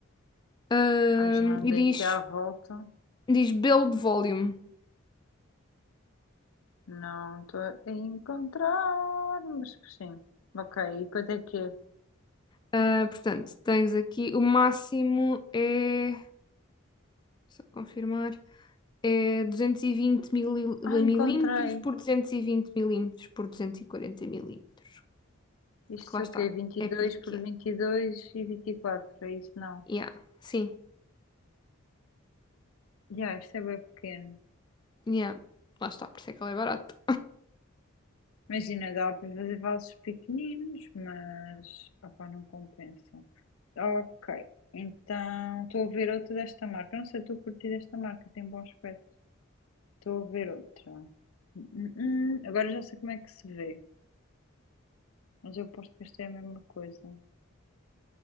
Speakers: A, on the left (about 20°); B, on the left (about 85°).
A: ahm,
B: Ai, já andei
A: e diz,
B: aqui à volta.
A: diz build volume.
B: Não estou a encontrar, mas sim. Ok, e quanto é que é?
A: Ah, portanto, tens aqui o máximo é, só confirmar, é 220 mili-
B: Ah, encontrei.
A: milímetros por 220 milímetros por 240 milímetros.
B: Isto
A: Que Lá está,
B: é o quê? Vinte e
A: é pequeno.
B: dois por vinte e dois e e vinte e quatro é isso? Não.
A: Yeah, sim,
B: Já, isto é bem pequeno.
A: yeah, lá está, por isso é que ela é barata.
B: Imagina, dá para fazer vasos pequeninos, mas opá, não compensa. Ok, então estou a ver outra desta marca. Não sei, estou a curtir desta marca, tem bom aspecto. Estou a ver outra. Hum, hum, hum, Agora já sei como é que se vê, mas eu aposto que esta é a mesma coisa.